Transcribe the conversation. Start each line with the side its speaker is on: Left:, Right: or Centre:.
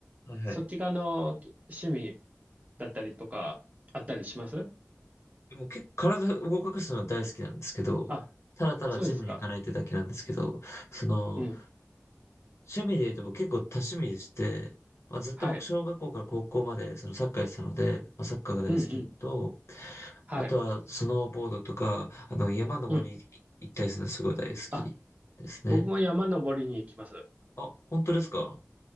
Left: はいはい。
Right: そっち側のき趣味だったりとか、あったりします
Left: でも結構体を動かすのは大好きなんですけど、
Right: あ、
Left: ただただジムに行かないってだけなんですけど、
Right: そうですか。
Left: その、
Right: うん。
Left: 趣味で言うと僕結構多趣味でして、まあ、ずっと僕小学校から高校までそのサッカーやってたので、
Right: はい。
Left: まあ、サッカーが大好きなのと、
Right: うんうんはい。
Left: あとはスノーボードとか、あの山登りに行ったりするのすごい大好きですね。
Right: うん。あ、僕も山登りに行きます。
Left: あ、本当ですか